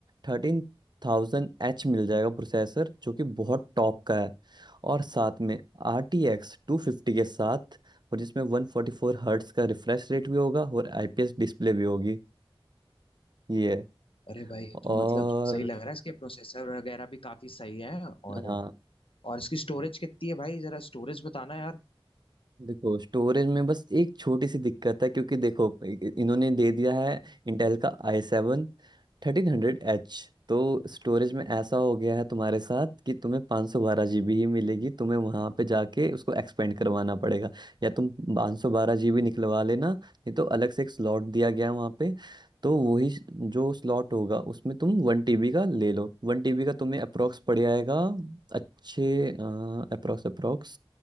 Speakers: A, on the right; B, on the left.
A: thirteen thousand H मिल जाएगा प्रोसेसर जो कि बहुत टॉप का है और साथ में R T X two fifty के साथ और जिसमें वन फोर्टी फोर हर्ट्स का रिफ्रेश रेट भी होगा और आई पी एस डिस्प्ले भी होगी ये है।
B: अरे भाई ये
A: और
B: तो मतलब सही लग रहा है इसके प्रोसेसर वगैरह भी काफी सही है और
A: हाँ
B: और इसकी स्टोरेज कितनी है भाई जरा स्टोरेज बताना यार
A: देखो स्टोरेज में बस एक छोटी सी दिक्कत है क्योंकि देखो इ- इ- इन्होंने दे दिया है इंटेल का I seven thirteen hundred H तो स्टोरेज में ऐसा हो गया है तुम्हारे साथ कि तुम्हें पाँच सौ बारह जी बी ही मिलेगी तुम्हें वहाँ पे जाके उसको एक्सपेंड करवाना पड़ेगा या तुम पाँच सौ बारह जी बी निकलवा लेना नहीं तो अलग से एक स्लॉट दिया गया है वहाँ पे तो वही स- जो स्लॉट होगा उसमें तुम वन टीबी का ले लो वन टीबी का तुम्हें अप्रोक्स पड़ जाएगा अच्छे अप्रोक्स अप्रोक्स